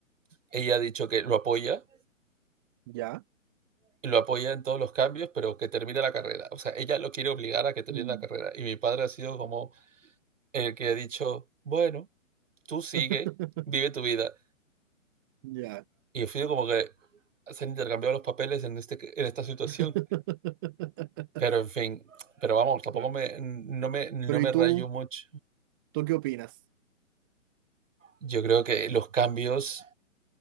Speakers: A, on the right; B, on the right.
A: ella ha dicho que lo apoya,
B: Ya.
A: y lo apoya en todos los cambios, pero que termine la carrera. O sea, ella lo quiere obligar a que termine
B: Mm,
A: la carrera. Y mi padre ha sido como el que ha dicho, bueno, tú sigue,
B: <laughs>
A: vive tu vida.
B: ya.
A: Y he sido como que se han intercambiado los papeles en, este, en esta situación.
B: <laughs>
A: Pero en fin, pero vamos, tampoco
B: Ya.
A: me, no me, no
B: Pero ¿y
A: me
B: tú?
A: rayo mucho.
B: ¿Tú qué opinas?
A: Yo creo que los cambios